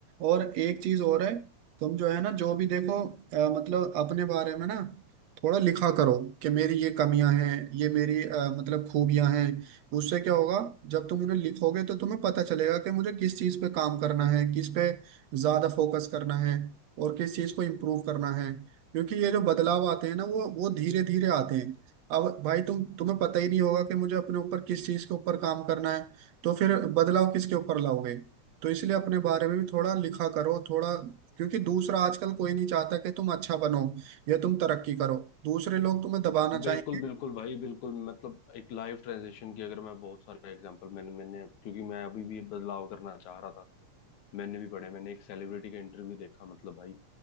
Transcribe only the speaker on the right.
और एक चीज और है तुम जो है ना जो भी देखो अ, मतलब अपने बारे में ना थोड़ा लिखा करो कि मेरी ये कमियां हैं ये मेरी अ, मतलब खूबियां हैं उससे क्या होगा जब तुम उन्हें लिखोगे तो तुम्हें पता चलेगा कि मुझे किस चीज पे काम करना है किस पे ज्यादा फोकस करना है और किस चीज को इम्प्रूव करना है क्योंकि ये जो बदलाव आते हैं ना वो वो धीरे धीरे आते हैं अब भाई तुम तुम्हें पता ही नहीं होगा कि मुझे अपने ऊपर किस चीज के ऊपर काम करना है तो फिर बदलाव किसके ऊपर लाओगे तो इसलिए अपने बारे में भी थोड़ा लिखा करो थोड़ा क्योंकि दूसरा आजकल कोई नहीं चाहता कि तुम अच्छा बनो या तुम तरक्की करो दूसरे लोग तुम्हें दबाना चाहेंगे